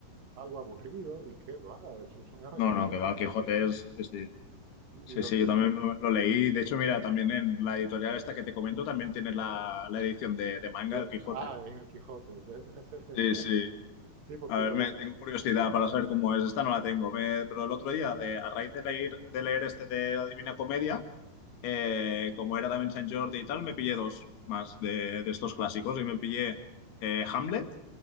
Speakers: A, on the right (about 60°); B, on the left (about 90°).
A: algo aburrido y qué va, <laughs> eso son aventuras
B: No, no, que va,
A: impresionantes.
B: Quijote es... Sí, sí,
A: Y,
B: sí,
A: y los,
B: sí,
A: di-
B: yo también lo, lo leí. De hecho, mira, también en la editorial esta que te comento también tiene la, la edición de, de manga
A: De-
B: del Quijote.
A: ah, en el Quijote, de- debe ser genial.
B: Sí, sí.
A: <laughs> Sí, porque
B: A ver,
A: lo...
B: me, tengo curiosidad para saber cómo es. Esta no la tengo, me- pero el otro día, de, a raíz de leer, de leer este de la Divina Comedia, eh, como era también San Jordi y tal, me pillé dos más de, de estos clásicos y me pillé eh, Hamlet